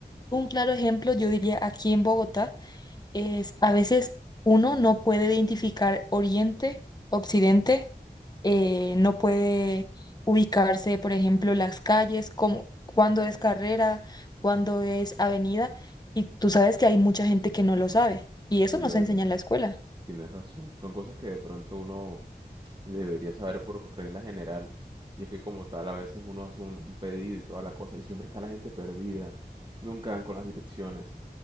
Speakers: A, on the left; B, on the right.
A: Un claro ejemplo, yo diría aquí en Bogotá. es a veces uno no puede identificar Oriente, Occidente, eh, no puede ubicarse, por ejemplo, las calles, como, cuándo es carrera, cuándo es avenida, y tú sabes que hay mucha gente que no lo sabe, y
B: Sí,
A: eso no
B: verdad.
A: se enseña en la escuela.
B: Tienes razón. Son cosas que de pronto uno debería saber por regla general. Y es que como tal a veces uno hace un, un pedido y toda la cosa y siempre está la gente perdida. Nunca dan con las direcciones.